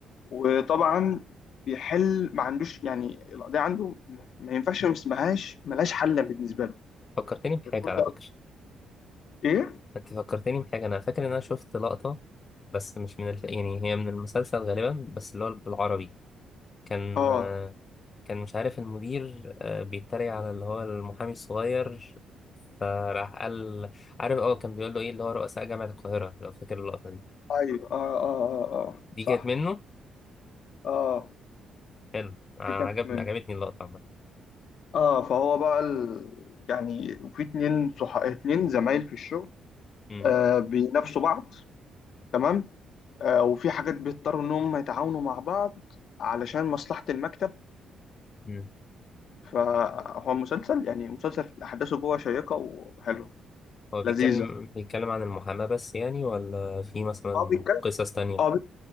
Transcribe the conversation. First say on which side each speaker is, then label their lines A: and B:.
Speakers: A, on the left (about 65°); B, on the left (about 35°).
A: وطبعا بيحل ما عندوش يعني القضية عنده ما ينفعش ما اسمهاش ملهاش حل بالنسبة له
B: فكرتني بحاجه
A: كل
B: على فكره
A: ايه
B: انت فكرتني بحاجه انا فاكر ان انا شفت لقطه بس مش من الف... يعني هي من المسلسل غالبا بس اللي هو بالعربي كان
A: اه
B: آه، كان مش عارف المدير آه، بيتريق على اللي هو المحامي الصغير فراح قال عارف اه كان بيقول له ايه اللي هو رؤساء جامعة القاهرة لو فاكر اللقطة دي
A: ايوه اه اه اه اه آه.
B: دي
A: صح
B: كانت منه
A: اه
B: حلو آه، عجبني
A: دي كانت من
B: عجبتني اللقطة عامة
A: اه فهو بقى ال... يعني وفي اتنين صح... اتنين زمايل في الشغل
B: مم.
A: آه بينافسوا بعض تمام آه وفي حاجات بيضطروا ان هم يتعاونوا مع بعض علشان مصلحة المكتب
B: مم.
A: فهو مسلسل يعني مسلسل احداثه جوه شيقة وحلوة
B: هو بيتكلم
A: لذيذة
B: بيتكلم عن المحاماة بس يعني ولا في مثلا
A: اه بيتكلم
B: قصص تانية
A: اه بي-